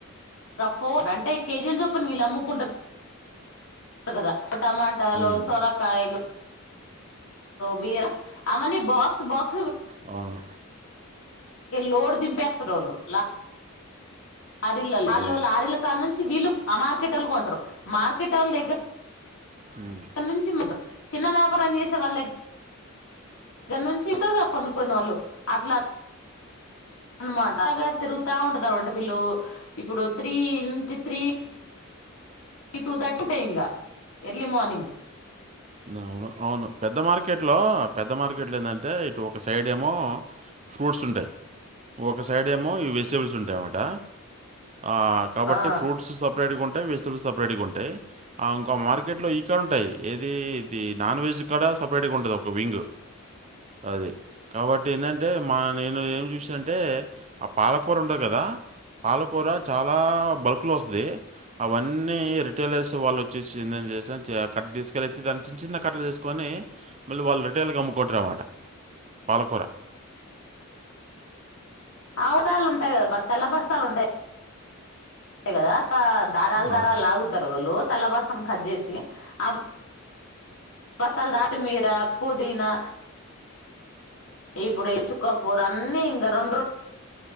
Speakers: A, on the left; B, on the right.
A: ఫో అంటే కేజీల్ చొప్పును వీళ్ళు అమ్ముకుంట్ర కదా టమాటాలు
B: ఉమ్.
A: సొరకాయలు బిర అవన్నీ బాక్స్ బాక్స్
B: అవును
A: లోడ్ దింపేస్తరూ వాళ్ళు ల లారీల వాళ్ళ
B: అది.
A: లారీల కా నుంచి వీళ్లు ఆ మార్కెట వాళ్ళు కొంటారు మార్కెట వాళ్ళ దగ్గర
B: ఉమ్.
A: ఇక్కడ నుంచి చిన్న వ్యాపారలు చేసేవాళ్ళ దగ్గర నుంచి కొను కొనోళ్ళు అట్లా అనమాట బాగా తిరుగుతా ఉంటదన్నమట వీళ్ళు ఇప్పుడు త్రీ ఇంటి త్రీ టూ థర్టీ టై లే ఇంగ ఎర్లీ మార్నింగ్
B: అవును అవును పెద్ద మార్కెట్ లో పెద్ద మార్కెట్ లో ఎందంటే అ ఒక సైడ్ ఏమో ఫ్రూట్స్ ఉంటాయి. ఒక సైడ్ ఏమో ఈ వెజిటబుల్స్ ఉంటాయ అన్నట ఆ కాబట్టి
A: ఆ
B: ఫ్రూట్స్ సపరేట్గా ఉంటాయి వెజటబుల్స్ సపరేట్గా ఉంటాయి. ఆ ఒక మార్కెట్ లో ఈక్కడ ఉంటాయి ఏది ఇది నాన్ వెజ్ కాడా సపరేట్ గా ఉంటది ఒక వింగ్ అది కాబట్టి ఏంటంటే మా నేను ఏం చూసాను అంటే ఆ పాలకూర ఉండదు కదా పాలకూర చాలా బల్క్ లో వస్తది అవన్నీ రిటైలర్స్ వాళ్ళు వచ్చేసిందని చే అక్కడకి తీసుకెళ్సి దానికి చిన్న చిన్న కట్టలు తీసుకొని మళ్ళీ వాళ్ళు రిటైల్గా అమ్ముకుంటారున్నమాట పాల కూర
A: అవసరాలు ఉంటాయి కదా బ తెల్ల బస్తాలు ఉంటాయి కదా ఆ దారాలు దారాలు
B: ఆ!
A: లాగుతారు వాళ్ళు తెల్ల బాసను కట్ చేసి ఆ వసల్ దతి మీదా పుదీనా ఇప్పుడు చుక్క కూరు అన్నీ ఇంగ రెండు